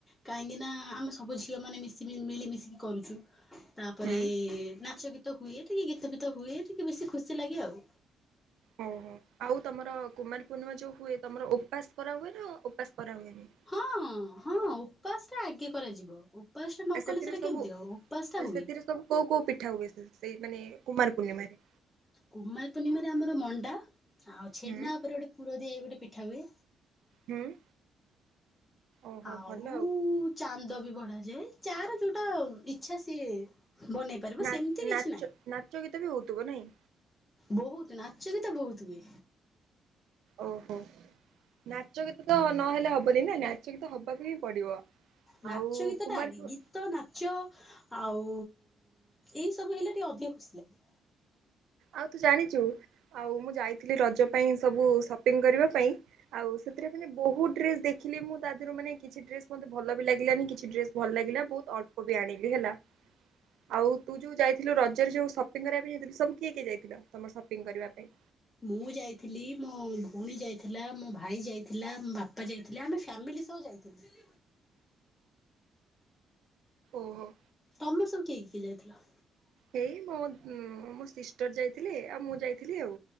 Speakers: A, on the left (about 15°); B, on the right (about 75°).
A: କାହିଁକିନା ଆମେ ସବୁ ଝିଅମାନେ ମିଶି ମିଳିମିଶିକି କରୁଛୁ। ତାପରେ
B: ହୁଁ
A: ନାଚ ଗୀତ ହୁଏ ଟିକେ ଗୀତ ଫୀତ ହୁଏ ଟିକେ ବେଶୀ ଖୁସି ଲାଗେ ଆଉ।
B: ହଉ ହୋ ଆଉ ତମର କୁମାର ପୂର୍ଣ୍ଣିମା ଯଉ ହୁଏ ତମର ଉପାସ କରା ହୁଏ ନା ଉପାସ କରା ହୁଏନି।
A: ହଁଁ ହଁ ଉପାସଟା ଆଗେ କରାଯିବ। ଉପାସ ଟା ନ
B: ସେଥିରେ
A: କଲେ ସେଟା
B: ସବୁ
A: କେମିତି ହବ ଉପାସ ଟା ହୁଏ।
B: ସେଥିରେ ସବୁ କୋଉ କୋଉ ପିଠା ହୁଏ ସେଇ ମାନେ କୁମାର ପୂର୍ଣ୍ଣିମାରେ।
A: କୁମାର ପୂର୍ଣ୍ଣିମାରେ ଆମର ମଣ୍ଡା ଆଉ ଛେନା
B: ହୁଁ
A: ଉପରେ ଗୋଟେ ପୁର ଦିଆ ଗୋଟେ ପିଠା ହୁଏ।
B: ହୁଁ। ଓହୋ
A: ଆଉ
B: ଭଲ
A: ଉ। ଚାନ୍ଦ ବି ବଢ଼ାଯାଏ ଯାର ଯୋଉଟା ଇଚ୍ଛା ସିଏ ବନେଇ। ପାରିବ
B: ନା
A: ସେମିତି କିଛି
B: ନାଚ
A: ନାହିଁ
B: ନାଚ ଗୀତ ବି ହଉଥିବ ନାଇଁ?
A: ବହୁତ ନାଚ ଗୀତ ବହୁତ ହୁଏ।
B: ଓହୋ। ନାଚ ଗୀତ ତ ନହେଲେ ହବନି ନା ନାଚ ଗୀତ ହବାକୁ ହିଁ ପଡିବ।
A: ନାଚ
B: ଆଉ
A: ଗୀତଟା
B: କୁମାର
A: ଆଗେ ଗୀତ ନାଚ ଆଉ ଏଇସବୁ ହେଲେ ଟିକେ ଅଧିକ ଖୁସି ଲାଗେ।
B: ଆଉ ତୁ ଜାଣିଛୁ ଆଉ ମୁଁ ଯାଇଥିଲି ରଜ ପାଇଁ ସବୁ ସପିଙ୍ଗ କରିବା ପାଇଁ ଆଉ ସେଥିରେ ମାନେ ବହୁତ ଡ୍ରେସ ଦେଖିଲି ମୁଁ ତା ଦେହରୁ ମାନେ କିଛି ଡ୍ରେସ ମତେ ଭଲ ବି ଲାଗିଲାନି କିଛି ଡ୍ରେସ ଭଲ ଲାଗିଲା ବହୁତ ଅଳ୍ପ ବି ଆଣିକି ହେଲା। ଆଉ ତୁ ଯୋଉ ଯାଇଥିଲୁ ରଜରେ ଯୋଉ ସପିଙ୍ଗ କରିବା ପାଇଁ ଯାଇଥିଲୁ ସବୁ କିଏ କିଏ ଯାଇଥିଲ ତମର ସପିଙ୍ଗ କରିବା ପାଇଁ?
A: ମୁଁ ଯାଇଥିଲି ମୋ ଭଉଣୀ ଯାଇଥିଲା ମୋ ଭାଇ ଯାଇଥିଲା ମୋ ବାପା ଯାଇ ଥିଲା ଆମେ ଫ୍ୟାମିଲି ସହ ଯାଇଥିଲୁ।
B: ଓହୋ
A: ତମେ ସବୁ କିଏ କି କିଏ ଯାଇଥିଲ?
B: ହେଇ ମୋ ମୋ ସିଷ୍ଟର ଯାଇଥିଲେ ଆଉ ମୁଁ ଯାଇଥିଲି ଆଉ